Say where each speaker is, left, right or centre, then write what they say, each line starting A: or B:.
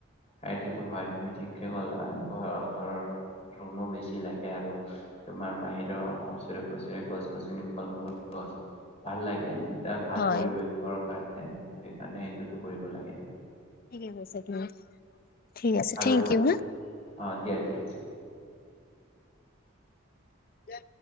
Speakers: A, on the left; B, on the left.
A: সইটোটোহয় তুমি ঠিককে কলা, ঘৰৰ ঘৰৰ ৰুমো বেছি লাগে আৰু তোমাৰ বাহিৰৰ ওচৰে পজৰে গছ গছনি ফল মূলৰ গছ ভাল লাগে । এটা ভাল
B: হয়
A: পৰিৱেশৰ কাৰ হ সেইকাৰণে এইটোতো কৰিব লাগে ।
B: ঠিকে কৈছা তুমি ঠিক আছে
A: আৰু
B: থেংক
A: কোৱা
B: ইউ হা
A: অঁ দিয়া ঠিক আছে ।
B: যা